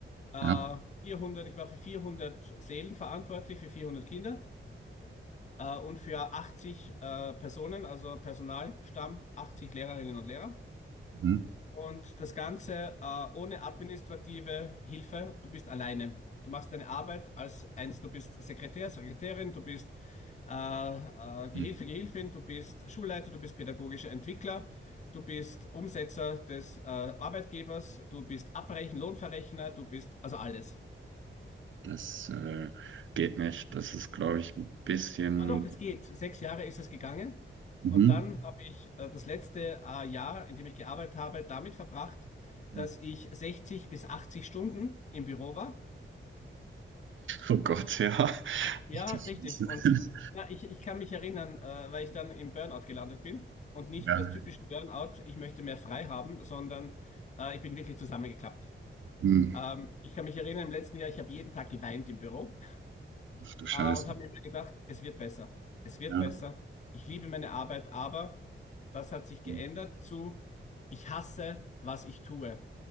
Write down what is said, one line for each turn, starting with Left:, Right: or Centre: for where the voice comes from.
Left: Äh,
Right: Ja.
Left: 400, ich war für 400 Seelen verantwortlich, für 400 Kinder äh, und für 80 äh, Personen, also Personalstamm, 80 Lehrerinnen und Lehrer.
Right: Mhm.
Left: Und das Ganze äh, ohne administrative Hilfe. Du bist alleine. Du machst deine Arbeit als eins. Du bist Sekretär, Sekretärin, du bist äh, äh,
Right: Mhm.
Left: Gehilfe, Gehilfin, du bist Schulleiter, du bist pädagogischer Entwickler, du bist Umsetzer des äh, Arbeitgebers, du bist Abrechen, Lohnverrechner, du bist also alles.
Right: Das äh, geht nicht. Das ist, glaube ich, ein bisschen.
Left: Ah doch, das geht. Sechs Jahre ist es gegangen.
Right: Mhm.
Left: Und dann habe ich äh, das letzte äh, Jahr, in dem ich gearbeitet habe, damit verbracht,
Right: <laughs>
Left: dass ich 60 bis 80 Stunden im Büro war.
Right: Oh Gott, ja. <laughs> Ach
Left: Ja,
Right: du
Left: richtig.
Right: Scheiße. <laughs>
Left: Und ja, ich, ich kann mich erinnern, äh, weil ich dann im Burnout gelandet bin. Und nicht
Right: Ja.
Left: das typische Burnout, ich möchte mehr frei haben, sondern äh, ich bin wirklich zusammengeklappt.
Right: Mhm.
Left: Ähm, ich kann mich erinnern, im letzten Jahr, ich habe jeden Tag geweint im Büro.
Right: Ach du Scheiße.
Left: Ah, und habe mir immer gedacht, es wird besser. Es wird
Right: Ja.
Left: besser. Ich liebe meine Arbeit, aber das hat sich geändert
Right: Mhm.
Left: zu, ich hasse, was ich tue.